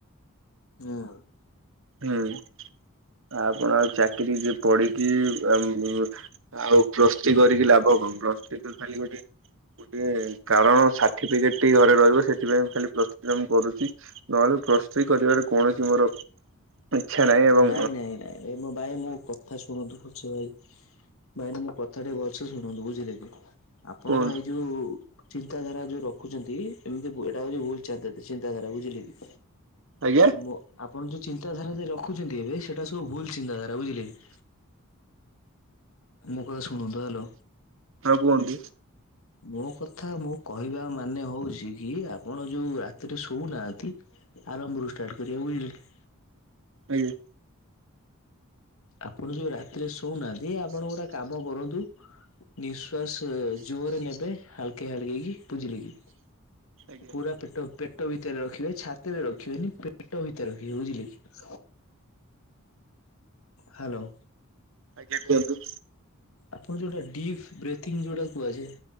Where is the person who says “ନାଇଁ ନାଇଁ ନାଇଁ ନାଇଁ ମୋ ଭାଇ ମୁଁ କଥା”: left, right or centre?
Left